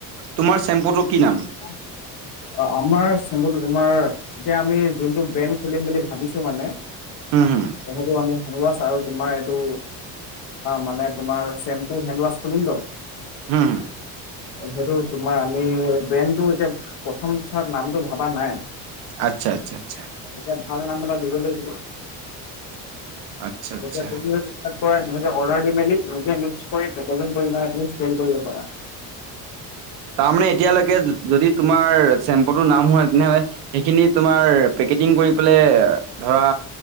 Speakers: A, on the right; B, on the left.
A: তোমাৰ চেম্পুটো কি নাম?
B: <unintelligible> অ, আমাৰ চেম্প্লটো তোমাৰ এতিয়া আমি যোনটো বেন খুলিম বুলি ভাবিছো মানে
A: হুম, হুম,
B: সেইটো আমি হেনডৱাছ আৰু তোমাৰ এইটো মানে তোমাৰ চেম্পু হেনডৱাছ খুলিম।
A: হুম।
B: সেইটো তোমাৰ আমি ব্ৰেণ্ডটো এতিয়া প্ৰথম চাৰ নামটো ভবা নাই।
A: আচ্ছা, আচ্ছা, আচ্ছা।
B: এতিয়া নাম এটা দিব লিব
A: আচ্ছা, আচ্ছা।
B: এতিয়াম নেকে অৰ্ডাৰ দি মেলি নিজে ম্ কৰি <unintelligible> কৰি পাৰা।
A: তাৰমানানে এতিয়ালৈকে যদি তোমাৰ চেম্পুটো নাম হয় তেনেহলে সেইখিনি তোমাৰ ধৰা